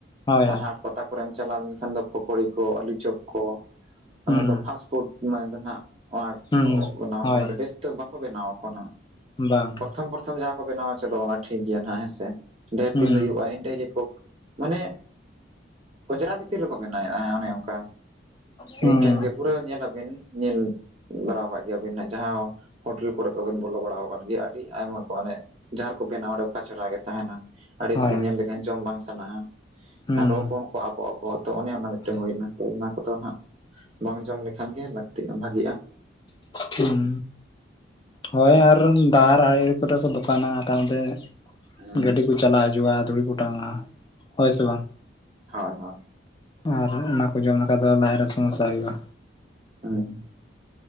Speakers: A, on the left; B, on the right.
A: ᱦᱳᱭ
B: ᱟᱨ ᱦᱟᱴ ᱯᱟᱛᱟ ᱠᱚᱨᱮᱢ ᱪᱟᱞᱟᱣ ᱞᱮᱱᱠᱷᱟᱱ ᱫᱚ ᱯᱷᱚᱠᱳᱲᱤ ᱠᱚ ᱟᱹᱞᱩ ᱪᱚᱯ ᱠᱚ
A: ᱦᱩᱸ ᱦᱳᱭ ᱦᱳᱭ ᱦᱩᱸ
B: ᱚᱱᱟ ᱫᱚ ᱯᱷᱟᱥ ᱯᱷᱩᱰ ᱢᱟᱱᱮ ᱫᱚ ᱱᱟᱜ ᱚᱱᱟ
A: ᱦᱩᱸ
B: ᱵᱮᱱᱟᱣ
A: ᱦᱳᱭ
B: ᱠᱟᱱᱟ ᱵᱮᱥ ᱫᱚ ᱵᱟᱠᱚ ᱵᱮᱱᱟᱣᱟᱠᱚ ᱱᱟᱜ
A: ᱵᱟᱝ
B: ᱯᱚᱨᱛᱷᱚᱢ ᱯᱚᱨᱛᱷᱚᱢ ᱡᱟᱦᱟᱸ ᱠᱚ ᱵᱮᱱᱟᱣᱟ ᱪᱚᱞᱚ ᱚᱱᱟ ᱴᱷᱤᱠ ᱜᱮᱭᱟ ᱱᱟᱜ ᱦᱮᱸᱥᱮ ᱰᱷᱮᱨ
A: ᱦᱩᱸ
B: ᱫᱤᱱ ᱦᱩᱭᱩᱜᱼᱟ ᱮᱱᱰᱮ ᱜᱮᱠᱚ ᱢᱟᱱᱮ ᱚᱸᱡᱽᱨᱟ ᱵᱷᱤᱛᱤᱨ ᱨᱮᱠᱚ ᱵᱮᱱᱟᱣᱮᱫᱼᱟ ᱚᱱᱮ ᱚᱱᱠᱟ
A: ᱦᱩᱸ
B: ᱢᱤᱫᱴᱷᱮᱱ ᱜᱮ ᱯᱩᱨᱟᱹ ᱧᱮᱞᱟᱵᱤᱱ ᱧᱮᱞ ᱵᱟᱨᱟᱣᱠᱟᱜ ᱜᱮᱭᱟᱵᱤᱱ ᱱᱟᱜ ᱡᱟᱦᱟᱸ ᱦᱳᱴᱮᱞ ᱠᱚᱨᱮ ᱠᱚᱵᱤᱱ ᱵᱚᱞᱚ ᱵᱟᱲᱟ ᱟᱠᱟᱱ ᱜᱮᱭᱟ ᱟᱹᱰᱤ ᱟᱭᱢᱟ ᱠᱚ ᱟᱱᱮ ᱡᱟᱦᱟᱸ ᱨᱮᱠᱚ ᱵᱮᱱᱟᱣᱟ ᱚᱸᱰᱮ ᱠᱟᱪᱨᱟᱜᱮ ᱛᱟᱦᱮᱱᱟ ᱟᱹᱲᱤ
A: ᱦᱳᱭ
B: ᱥᱤᱜᱮ ᱧᱮᱞ ᱞᱮᱠᱷᱟᱱ ᱡᱚᱢ ᱵᱟᱝ ᱥᱟᱱᱟᱦᱟ
A: ᱦᱩᱸ
B: ᱟᱨ ᱨᱚ ᱠᱚ ᱟᱵᱚ ᱟᱠᱚ ᱛᱚ ᱚᱱᱮ ᱚᱱᱟ ᱢᱤᱫ ᱴᱮᱱ ᱦᱩᱭᱱᱟ ᱛᱚ ᱚᱱᱟ ᱠᱚᱫᱚ ᱦᱟᱜ ᱵᱟᱝ ᱡᱚᱢ ᱞᱮᱠᱷᱟᱱ ᱜᱮ ᱞᱟᱹᱠᱛᱤᱜᱼᱟ ᱵᱷᱟᱜᱤᱜᱼᱟ
A: ᱦᱩᱸ ᱦᱳᱭ ᱟᱨ ᱰᱟᱦᱟᱨ ᱟᱲᱮ ᱠᱚᱨᱮ ᱠᱚ ᱫᱚᱠᱟᱱᱟ ᱛᱟᱭᱚᱢ ᱛᱮ
B: ᱦᱳᱭ
A: ᱜᱟᱹᱰᱤ ᱠᱚ ᱪᱟᱞᱟᱣ ᱦᱤᱡᱩᱜᱼᱟ ᱫᱷᱩᱲᱤ ᱠᱚ ᱚᱴᱟᱝᱼᱟ ᱦᱳᱭ ᱥᱮ ᱵᱟᱝ
B: ᱦᱳᱭ ᱦᱳᱭ ᱦᱳᱭ
A: ᱟᱨ ᱚᱱᱟ ᱠᱚ ᱡᱚᱢ ᱞᱮᱠᱷᱟᱱ ᱫᱚ ᱞᱟᱡ ᱨᱮ ᱥᱚᱢᱚᱥᱥᱟ ᱦᱩᱭᱩᱜᱼᱟ
B: ᱦᱮᱸ